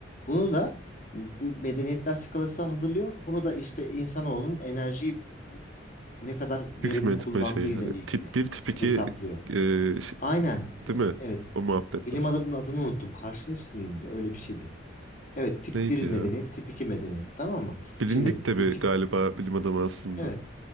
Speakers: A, on the left; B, on the right.
A: Bunu da bu medeniyetler skalası hazırlıyor. Bunu da işte insanoğlunun enerjiyi ne kadar
B: Hükmetme
A: verimli kullandığıyla
B: şeyi hani
A: ilgili
B: tip bir tip 2
A: hesaplıyor.
B: e, şey-
A: Aynen.
B: değil
A: e,
B: mi?
A: Evet.
B: O muhabbetler.
A: Bilim adamının adını unuttum. Karşıyevsky'ydi. Öyle bir şeydi. Evet, tip
B: Neydi
A: bir
B: ya?
A: medeniyet, tip 2 medeniyet. Tamam mı?
B: Bilindik
A: Şimdi
B: de
A: bu
B: bir
A: tip
B: galiba bilim adamı aslında.
A: evet.